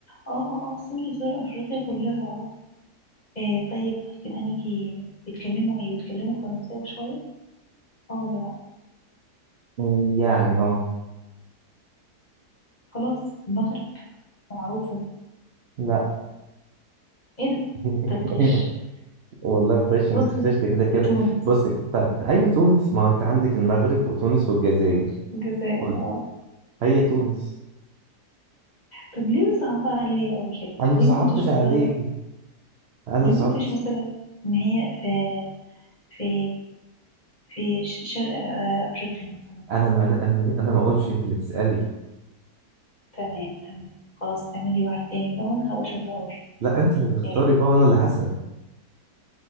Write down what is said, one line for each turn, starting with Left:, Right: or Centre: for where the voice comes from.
Left: اه اه اه سوري سوري افريقيا كلها اه إيه طيب كده هنيجي بيتكلموا ايه بيتكلموا فرنساوي شوية اه ولا لا
Right: مم، يعني اه
Left: خلاص المغرب معروفة دي
Right: لا
Left: ايه ده
Right: <laughs>
Left: انت بتغش
Right: والله فريش انت
Left: بص
Right: خسرت كده كده
Left: تونس
Right: بص طيب هي تونس ما هو انت عندك المغرب وتونس والجزائر
Left: الجزائر
Right: قول
Left: اه
Right: هي تونس
Left: طب ليه صعبة عليا قوي كده
Right: انا ما
Left: ليه
Right: صعبتش
Left: ما قلتش
Right: عليكي
Left: مثلا
Right: انا ما
Left: ليه
Right: صعبتش
Left: ما قلتش مثلا ان هي في في في ش- شرق آه، افريقيا مثلا
Right: انا ما انا ما انا ما اقولش انت اللي تسالي
Left: تمام تمام خلاص تعمل لي واحد تاني بقى وانا هبقى شاطرة قوي فيه
Right: لا انت اللي تختاري
Left: يلا
Right: بقى وانا اللي هسال